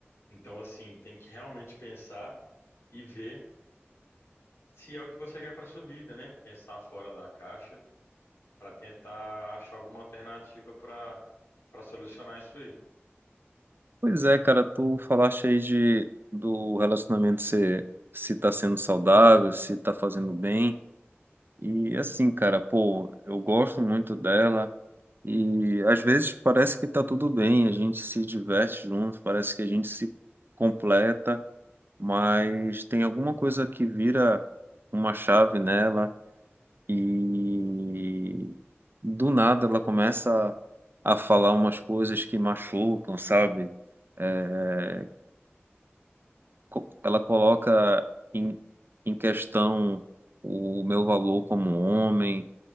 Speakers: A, on the left (about 70°); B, on the right (about 55°).
A: Então, assim, tem que realmente pensar e ver se é o que você quer para sua vida, né? Pensar fora da caixa para tentar achar alguma alternativa para para solucionar isso aí.
B: Pois é, cara, tu falaste aí de, do relacionamento ser, se tá sendo saudável, se tá fazendo bem. E assim, cara, pô, eu gosto muito dela. E às vezes parece que está tudo bem, a gente se diverte junto, parece que a gente se completa, mas tem alguma coisa que vira uma chave nela e do nada ela começa a falar umas coisas que machucam, sabe? É, co- ela coloca em, em questão o meu valor como homem